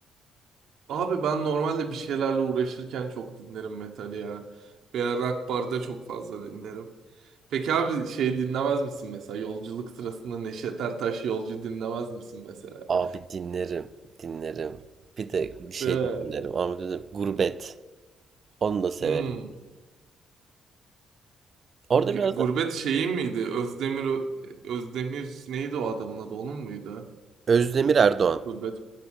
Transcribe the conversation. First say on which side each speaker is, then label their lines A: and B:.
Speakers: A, on the right; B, on the right.
A: Abi ben normalde bir şeylerle uğraşırken çok dinlerim metali ya. Veya rock barda çok fazla dinlerim. Peki abi şey dinlemez misin mesela? Yolculuk sırasında Neşet Ertaş yolcu dinlemez misin mesela?
B: Abi dinlerim, dinlerim. Bir de bir şey
A: Değil mi?
B: de dinlerim. Ama bir Gurbet. Onu da severim.
A: Hmm.
B: Orada
A: G-
B: biraz
A: Gurbet
B: da
A: şeyi miydi? Özdemir Özdemir neydi o adamın adı? Onun muydu?
B: Özdemir Erdoğan.
A: Gurbet.